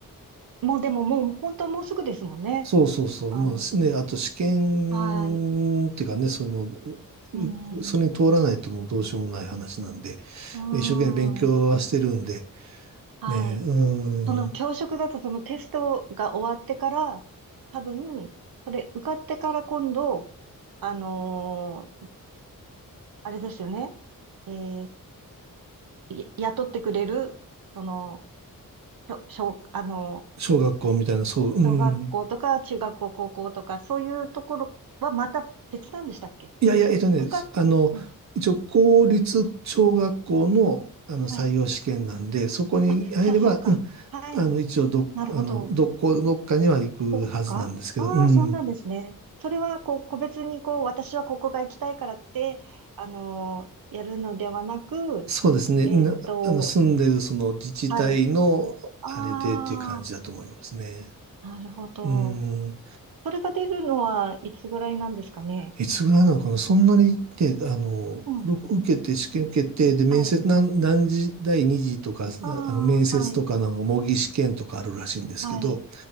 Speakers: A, on the right (about 80°); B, on the right (about 50°).
A: もうでももう、本当もうすぐですもんね。
B: そうそうそう。
A: あの、
B: もうね、あと試験っていうかね、
A: はい。
B: そういうの、
A: うん。
B: うそれに通らないともうどうしようもない話なんで、
A: うーん。
B: 一生懸命勉強はしてるんで、
A: はい。
B: ね、うん、
A: その教職だとそのテストが終わってから、多分、それ受かってから今度、あのーあれですよね。えーい雇ってくれる、その、小、小あのー
B: 小学校みたいな、そう、うん、
A: 小学校とか中学校、高校とか、そういうところはまた別なんでしたっけ
B: いやいや、えっとね、
A: 受かっ、
B: そあの、
A: うん。
B: 一応公立小学校の、あの採用試験なんで、
A: はい。
B: そこに入れば、
A: あ、さ、そっか。
B: うん、
A: はい。
B: あの、一応ど、
A: なるほど。
B: あの、どこ、どっかには行くはずなんですけど、
A: そっか。ああ、
B: うん、
A: そうなんですね。それは、こう、個別に、こう、私はここが行きたいからって、あのーやるのではなく、
B: そうですね、
A: えーっと、
B: なあの、住んでるその自治体の、
A: はい。あ
B: あれでっていう感じだと思いますね。
A: あ、なるほど。
B: うん、
A: それが出るのはいつぐらいなんですかね。
B: いつぐらいなのかな、そんなにね、あの、
A: うん。
B: 僕受けて、試験受けて、で、面接、
A: はい。
B: 何、何時、第2次とか、
A: あ
B: あの、面接とかなんか模擬試験とかあるらしいんですけど、
A: あ、はい。はい。